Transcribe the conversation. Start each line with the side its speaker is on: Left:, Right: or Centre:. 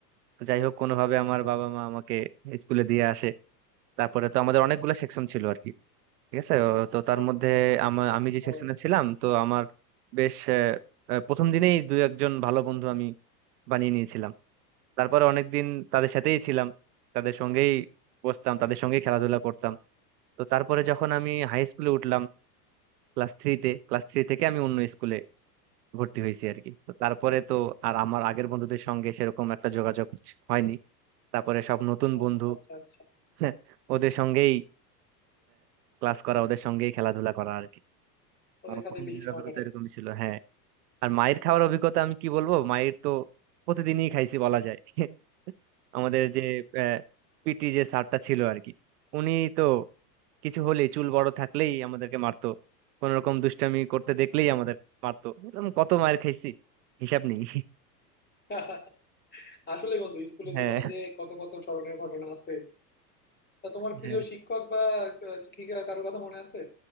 Right: তো যাই হোক কোনোভাবে আমার বাবা মা আমাকে স্কুলে দিয়ে আসে তারপরে তো আমাদের অনেকগুলো সেকশন ছিল আর কি ঠিক আছে ও তো তার মধ্যে আমা- আমি যে
Left: ও
Right: সেকশনে ছিলাম তো আমার বেশ আহ, আহ, প্রথম দিনেই দু একজন ভালো বন্ধু আমি বানিয়ে নিয়েছিলাম তারপরে অনেকদিন তাদের সাথেই ছিলাম তাদের সঙ্গেই বসতাম তাদের সঙ্গেই খেলাধুলা করতাম তো তারপরে যখন আমি হাই স্কুলে উঠলাম ক্লাস থ্রিতে ক্লাস থ্রি থেকে আমি অন্য স্কুলে ভর্তি হয়েছি আর কি তো তারপরে তো আর আমার আগের বন্ধুদের সঙ্গে সেরকম একটা যোগাযোগ হয়নি তারপরে সব নতুন
Left: ও,
Right: বন্ধু
Left: আচ্ছা আচ্ছা
Right: <laughs> ওদের সঙ্গেই ক্লাস করা ওদের সঙ্গেই খেলাধুলা করা আর কি
Left: ওদের
Right: আমার
Left: সাথে
Right: প্রথম
Left: বেশি
Right: দিনের
Left: সময়
Right: অভিজ্ঞতা
Left: কাটাই
Right: এরকমই ছিল হ্যাঁ আর মায়ের খাওয়ার অভিজ্ঞতা আমি কি বলবো মায়ের তো প্রতিদিনই খাইছি বলা যায় <laughs> আমাদের যে পিটি যে স্যারটা ছিল আর কি উনি তো কিছু হলেই চুল বড় থাকলেই আমাদেরকে মারতো কোন রকম দুষ্টামি করতে দেখলেই আমাদের মারতো এরকম কত মার খাইছি হিসাব নেই
Left: <laughs> আসলে বন্ধু স্কুলের
Right: হ্যাঁ
Left: জীবনে যে কত কত স্মরণীয় ঘটনা আছে তা তোমার প্রিয়
Right: হ্যাঁ
Left: শিক্ষক বা আহ, শিক্ষিকা কারোর কথা মনে আছে